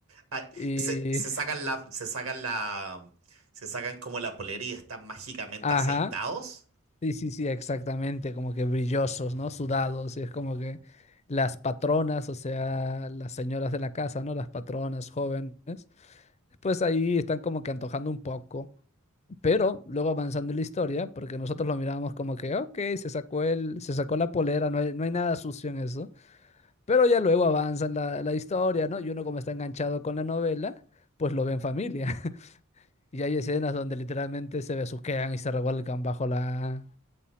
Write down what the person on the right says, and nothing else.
Ah,
se, se sacan la, se sacan la, se sacan como la polera y están mágicamente
aceitados.